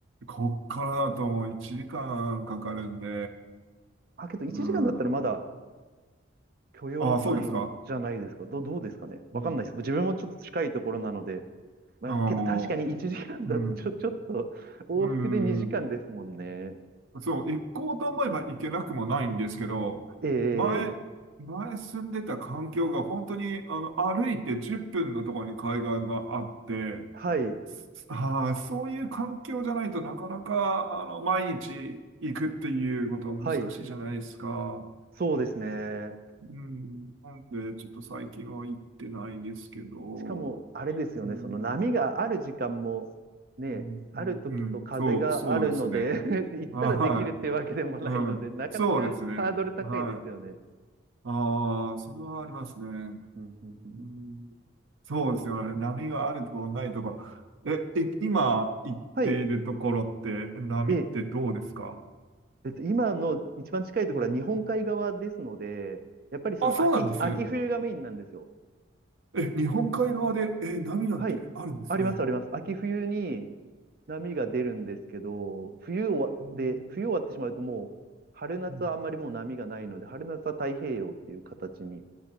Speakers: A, on the right; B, on the right.
A: こっからだともう1時間かんかかるんで、
B: あ、けど1時間だったらまだ
A: うん。
B: 許容範囲じゃないですかど、
A: ああ、そうですか
B: どうですかねわかんないです。
A: うん。
B: 自分もちょっと近いところなので。まあ、
A: ああ、
B: けど確かに1時間だとちょ、
A: もう、うん。
B: <laughs> ちょっと往復で2時間ですもんね。
A: うん。そう、行こうと思えば行けなくもないんですけど、
B: ええ
A: 前、前住んでた環境が本当に、あの、歩いて10分のところに海岸があって、
B: はい、
A: ああ、そういう環境じゃないとなかなか、あの、毎日行くっていうことは難しいじゃないですか。
B: はい、そうですね。
A: うん。なんで、ちょっと最近は行ってないですけど、
B: しかも、あれですよね、
A: うん、
B: その波がある時間も、ね、
A: うん、
B: ある時と風があるので
A: うん、うんそう、そうですね。
B: <laughs> 行ったらできるっていうわけでもないので、
A: はい。うん。
B: なかなかハードル高いですよね。
A: そうですね。はい。ああ、それはありますね。
B: うんうんうん
A: うん、そうですよね。波があるところないとか。え、い今行っているところって、
B: はい。
A: 波ってどうですか
B: え、えっと、今の一番近いところは日本海側ですので、
A: うん。
B: やっぱりその秋、
A: あ、そうなんです。
B: 秋冬がメインなんですよ。
A: え、日本海側で、え、波なんてあるんですね。
B: はい。あります、あります。秋冬に波が出るんですけど、冬終わ、
A: うん。
B: で、冬終わってしまうともう、春夏はあんまりもう波がないので、
A: うん。
B: 春夏は太平洋っていう形に